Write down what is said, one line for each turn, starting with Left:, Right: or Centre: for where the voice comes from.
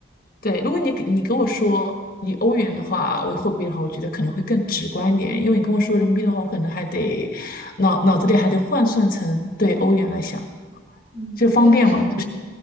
Left: 对，如果你给你跟我说以欧元的话为货币的话，
Right: 嗯
Left: 我觉得可能会更直观一点，因为你跟我说人民币的话，
Right: 嗯
Left: 我可能还得脑脑子里还得换算成对欧元来想，
Right: 嗯，
Left: 就方便嘛。
Right: 因为当时